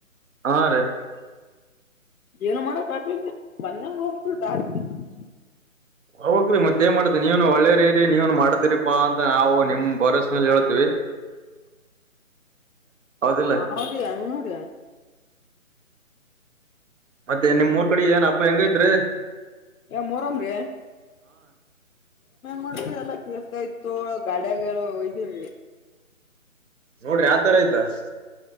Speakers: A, on the right; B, on the left.
A: ಹಾ ರೀ <unintelligible>
B: ಏನು ಮಾಡಕ್ ಆಗ್ ಬನ್ನ ಹೋಗಬ <unintelligible>
A: ಹೋಗ್ರಿ ಮತ್ತೇನ್ ಮಾಡ್ತ ನೀವನು ಒಳ್ಳೇರಿ ರರಿ ನೀವನು ಮಾಡ್ತೀರಿಪಾ ಅಂತ ನಾವು ನಿಮ್ ಬರಸ ಮೇ ಹೇಳವಿ <unintelligible> ಹೌದಲ್ಲ <unintelligible>
B: ಹೌದ್ರಿ ಹೂನ್ರಿ
A: ಮತ್ತೆ ನಿಮ್ರ್ ಕಡೆ ಏನ್ ಹಬ್ಬಾ ಹೆಂಗೈಐತ್ರಿ <unintelligible>
B: ಮೊರಂ <unintelligible> ಏನ್ ಮಾಡ್ತ್ರ ಎಲ್ಲ ಕಸ್ತ ಐತ್ ತ ಗಾಡಿಯಾಗ ಎಲ್ಲ ಒಯ್ದೀ <unintelligible>
A: ನೋಡ್ರಿ ಆತರ ಆಯ್ತಾ <unintelligible>